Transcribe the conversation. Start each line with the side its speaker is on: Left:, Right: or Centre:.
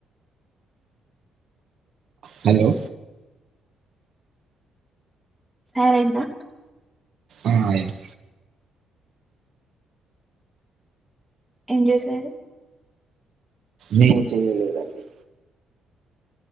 Right: హాలో
Centre: సరైన్దా
Right: ఆ, నేను
Centre: ఎమ్ చేసారు
Right: నేన్ చేయలేదండి